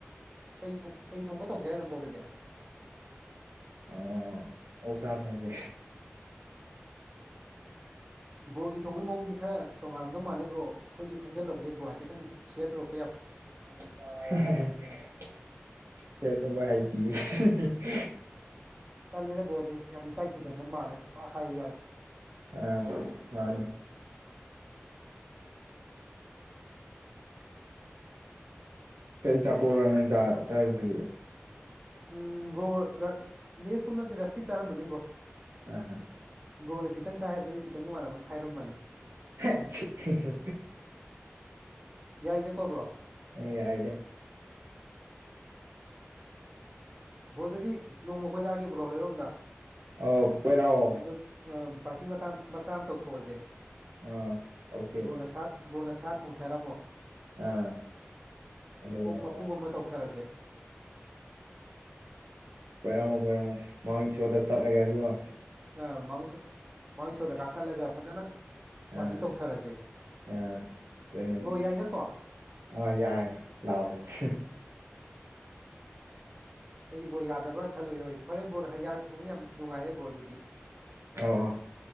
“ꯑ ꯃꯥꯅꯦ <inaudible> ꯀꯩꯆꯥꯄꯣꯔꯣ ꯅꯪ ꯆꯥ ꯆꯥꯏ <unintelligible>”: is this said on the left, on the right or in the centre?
Right